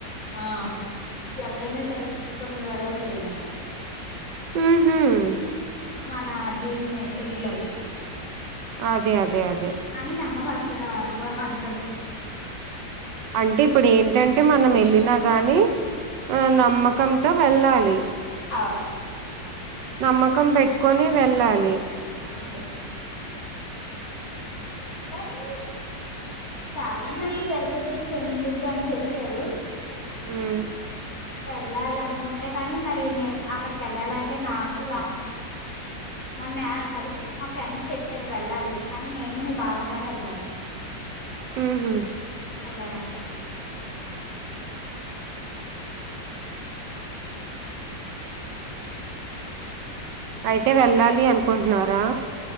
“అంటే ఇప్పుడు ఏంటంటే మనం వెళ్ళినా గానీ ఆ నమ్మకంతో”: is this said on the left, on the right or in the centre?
Right